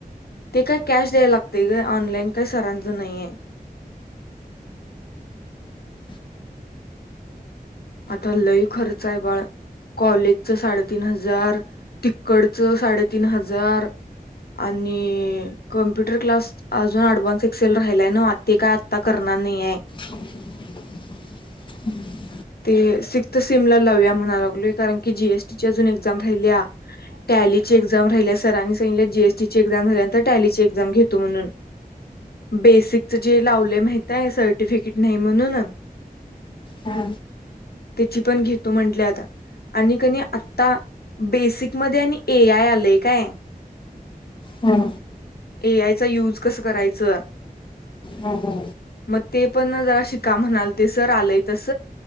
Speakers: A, on the left; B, on the left.
A: ते काय कॅश द्याय लागतय का ऑनलाइन काही सरांच नाहीय
B: <inaudible>
A: आता लय खर्च आहे बाळ कॉलेजचं साडेतीन हजार तिकडच साडेतीन हजार आणि कंप्युटर क्लास अजून अडवान्स एक्सेल राहिलाय ना ते काय आता करणार नहिय
B: हम्
A: ते सिक्स्थ सिम ला लाव्या म्हणा लागलोय कारण की जीएसटीच्या अजून एक्झाम राहिल्या टॅली ची एक्झाम राहिल्या सरांनी सांगितले जीएस टीची एक्झाम म झाल्यानंतर टॅली एक्झाम घेत म्हणून बेसिक जे लावले माहिताय आहे सर्टिफिकेट नाही म्हणून
B: हा
A: तिची पण घेतो म्हंटल्या आता आणि कणी आता बेसिकमध्ये आणि एआय आलंय काय
B: हां
A: एआयचा यूज कसं करायचं
B: हा हा
A: मग ते पण जरा शिका म्हणाल ते सर आलय तस